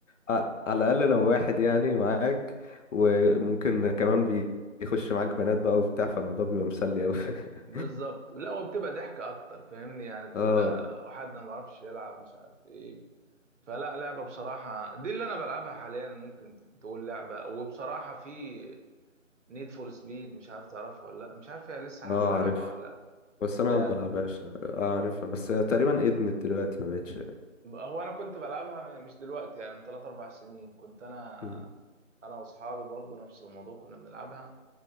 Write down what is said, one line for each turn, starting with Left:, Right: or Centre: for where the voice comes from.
Left: على على الاقل لو واحد يعني معاك وممكن كمان بي- بيخش معاك بنات بقى وبتاع فالموضوع بيبقى مسلي قوي <laughs>
Right: <laughs> بالظبط لا وبتبقى ضحك اكتر فاهمني يعني بتبقى
Left: اه
Right: وحد ما بيعرفش يلعب مش عارف ايه فلا لعبة بصراحة دي اللي انا بلعبها حاليا ممكن تقول لعبة وبصراحة في نيد فور سبيد مش عارف تعرفها ولا لا مش عارف هي لسه
Left: اه
Right: حد بيلعبها
Left: عارف
Right: ولا لا
Left: بس
Right: ده
Left: انا ما بلعبهاش اه عارفها بس هي تقريبا ادمت دلوقتي ما بقتش
Right: هو انا كنت بلعبها من- مش دلوقتي يعني من 3 4 سنين كنت انا
Left: مم.
Right: انا واصحابي برضو نفس الموضوع كنا بنلعبها